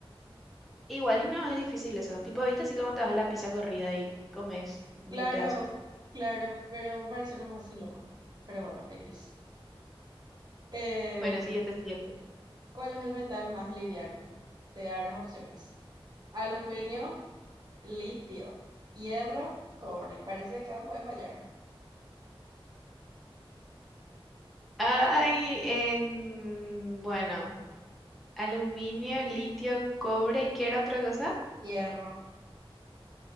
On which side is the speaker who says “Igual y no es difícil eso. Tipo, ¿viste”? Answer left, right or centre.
Centre